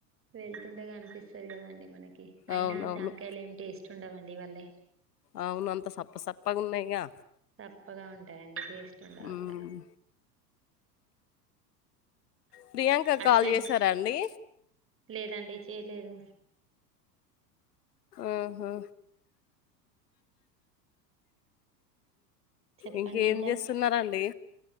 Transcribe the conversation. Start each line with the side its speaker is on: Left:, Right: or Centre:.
Right: వెళ్తుంటే కనిపిస్తది గదాండి మనకి. అయినా
Left: అవునవును
Right: ఆ జాంకాయలు ఏమ్ టేస్ట్ ఉండవండి వాళ్ళయ్.
Left: అవును అంత సప్ప సప్పగున్నయిగా
Right: సప్పగా ఉంటాయండి టేస్ట్ ఉండవ్
Left: మ్మ్.
Right: అసలు.
Left: ప్రియాంక క్
Right: అటు
Left: కాల్
Right: సైడ్
Left: చేసారా అండీ.
Right: లేదండి చేయలేదు
Left: ఆహా
Right: చెప్పండి
Left: ఇంకేం
Right: ఇంకా
Left: జేస్తున్నారండి